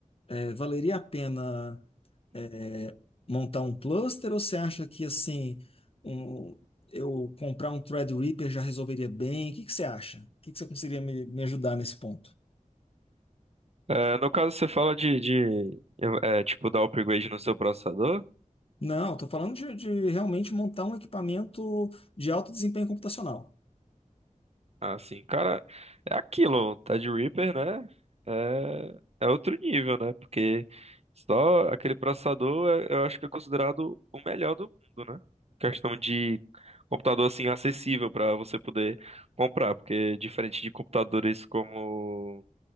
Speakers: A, on the left; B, on the right.
A: É, valeria a pena é, montar um cluster ou você acha que assim um- eu comprar um Threadripper já resolveria bem? O que que você acha? O que que você conseguiria me, me ajudar nesse ponto?
B: É, no caso, você fala de, de é, tipo, dar upgrade no seu processador?
A: Não, estou falando de, de realmente montar um equipamento de alto desempenho computacional.
B: Ah, sim. Cara, é aquilo, tá de Reaper, né? É, é outro nível, né? Porque só aquele processador é- eu acho que é considerado o melhor do mundo, né? Questão de computador, assim, acessível pra você poder comprar. Porque diferente de computadores como